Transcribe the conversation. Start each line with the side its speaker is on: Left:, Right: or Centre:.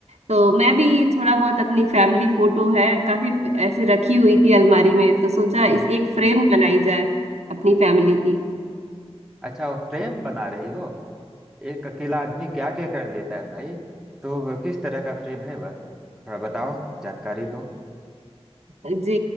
Right: तो मैं भी थोड़ा बहुत अपनी फैमिली फोटो है काफी ऐसे रखी हुई थी अलमारी में तो सोचा
Centre: हम्म
Right: इस एक फ्रेम बनाई जाए अपनी फैमिली की
Centre: अच्छा वो फ्रेम बना रही हो एक अकेला आदमी क्या क्या कर लेता है भाई तो वो किस तरह का फ्रेम है वह थोड़ा बताओ जानकारी दो
Right: जी